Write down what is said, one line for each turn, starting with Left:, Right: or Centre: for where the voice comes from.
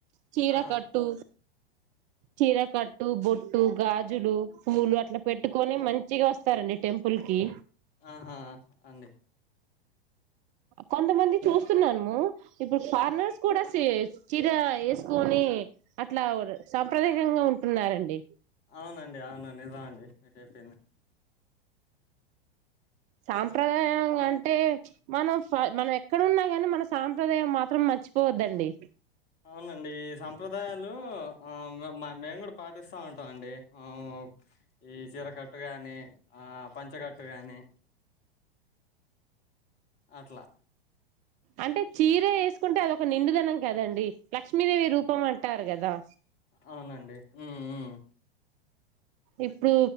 Right: చీర
Left: ఆ
Right: కట్టు. చీర కట్టు, బొట్టు, గాజ్. గాజులు, పూలు అట్లా పెట్టుకొని మంచిగా వస్తారండి టెంపుల్ కి.
Left: ఆహా అండి
Right: కొంతమంది చూస్తున్నాము, ఇప్పుడు ఫారినర్స్ కూడా సి చీర ఏసుకొని, అట్లా ర్ సాంప్రదాయకంగా ఉంటున్నారండి.
Left: అవునండి, అవునండి, నిజం అండి మీరు చెప్పింది.
Right: సాంప్రదాయంగా అంటే మనం. ఫల్ మనం ఎక్కడన్నాగాని మన సాంప్రదాయం మాత్రం మంచ్. పోవద్దండి.
Left: అవునండి ఈ సాంప్రదాయాలు, ఆ మ మేము కూడా పాటిస్తా ఉంటాం అండి. ఊ ఈ చీరకట్టు గాని, ఆ పంచకట్టు గాని. అట్లా.
Right: అంటే చీర ఏసుకుంటే, అదొక నిండుదనం కదండి. లక్ష్మీదేవి రూపం అంటారు గాదా.
Left: అవునండి ఉమ్మ్ ఉమ్మ్.
Right: ఇప్పుడు